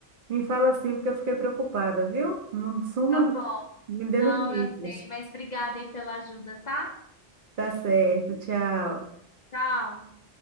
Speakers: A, on the right (about 55°); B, on the left (about 55°).
A: Me fala assim, porque eu fiquei preocupada, viu? Não suma,
B: Tá
A: não.
B: bom.
A: Me dê
B: Não,
A: notícias.
B: eu sei, mas obrigada aí pela ajuda, tá?
A: Tá certo. Tchau.
B: Tchau.